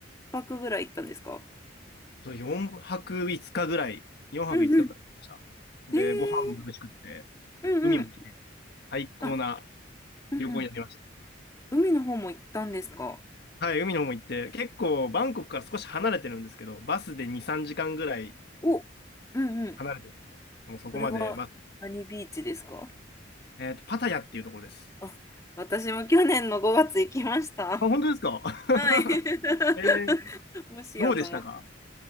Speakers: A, on the left (about 15°); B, on the left (about 55°).
A: 泊ぐらい行ったんですか
B: と4泊5日ぐらい、4泊5日ぐらい行きました。
A: うんうん。
B: で、
A: えー、
B: ご飯も美味しくって、
A: うんうん。
B: 海も綺麗、最高な
A: あ、うんうん。
B: 旅行になりました。
A: 海の方も行ったんですか
B: はい、海の方も行って、結構バンコクから少し離れてるんですけど、バスで2、3時間ぐらい
A: お、うんうん。
B: 離れてて、もうそこまでバス、
A: それは何ビーチですか
B: えっと、パタヤっていうところです。
A: あ、私も去年の5月行きました。
B: あ、本当ですか
A: はい。<laughs>
B: <laughs> えー、
A: もしやと思って。
B: どうでしたか